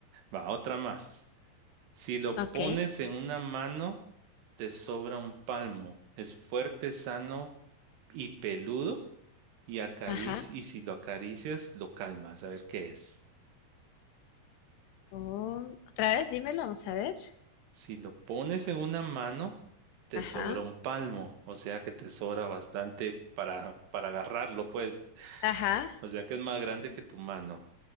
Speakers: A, on the right (about 75°); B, on the left (about 80°).
A: Va, otra más. Si lo
B: ok.
A: pones en una mano, te sobra un palmo. Es fuerte, sano y peludo. Y, acarici-
B: Ajá.
A: y si lo acaricias, lo calmas. A ver qué es.
B: Oh, otra vez, dímelo, vamos a ver.
A: Si lo pones en una mano, te
B: Ajá,
A: sobra un palmo. O sea que te sobra bastante para, para agarrarlo, pues.
B: ajá,
A: O sea que es más grande que tu mano.